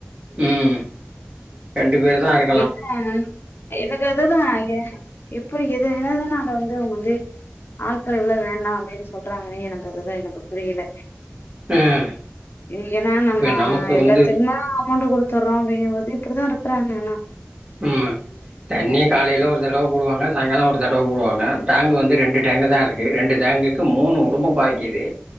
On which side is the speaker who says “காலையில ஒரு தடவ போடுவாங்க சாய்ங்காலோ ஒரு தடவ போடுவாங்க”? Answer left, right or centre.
Right